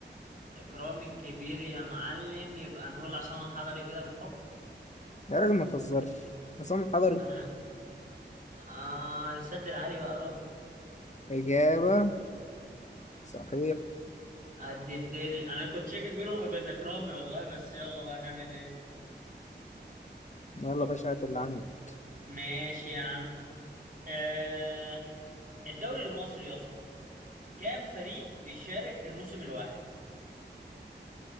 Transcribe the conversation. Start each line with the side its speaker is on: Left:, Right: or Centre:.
Right: إكرامي الكبير يا معلم يبقى نقول عصام الحضري كده بالحب
Left: ده راجل ما تهزرش عصام الحضري
Right: هنعمل آه السد العالي بقى يا راجل
Left: إجابة صحيحة
Right: قد الدنيا أنا كنت شاكك بينهم وبين إكرامي والله بس يلا بقى نعمل إيه
Left: يلا يا باشا هات اللي عندك
Right: ماشي يا عم آه الدوري المصري يا اسطى كام فريق بيشارك في الموسم الواحد